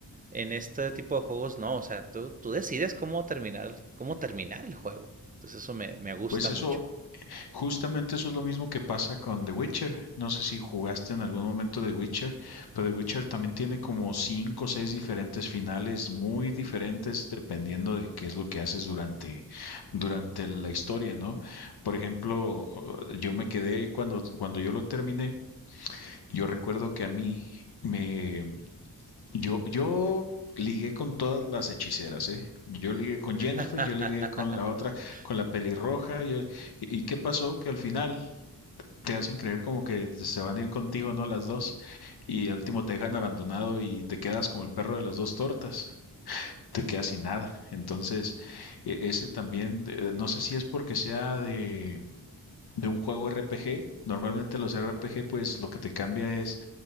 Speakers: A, on the right; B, on the left.
A: En este tipo de juegos no, o sea, tú, tú decides cómo terminar, cómo terminar el juego. Entonces eso me, me gusta
B: Pues
A: mucho.
B: eso, justamente eso es lo mismo que pasa con The Witcher. No sé si jugaste en algún momento The Witcher, pero The Witcher también tiene como cinco o seis diferentes finales muy diferentes dependiendo de qué es lo que haces durante, durante la historia, ¿no? Por ejemplo, yo me quedé cuando, cuando yo lo terminé, yo recuerdo que a mí me, Yo, yo ligué con todas las hechiceras, ¿eh? Yo ligué con
A: <laughs>
B: Jennifer, yo ligué con la otra, con la pelirroja, yo, ¿y y qué pasó? Que al final te hacen creer como que se van a ir contigo, ¿no? Las dos, y al último te dejan abandonado y te quedas como el perro de las dos tortas, te quedas sin nada. Entonces, e- ese también, eh, no sé si es porque sea de, de un juego RPG, normalmente los RPG, pues lo que te cambia es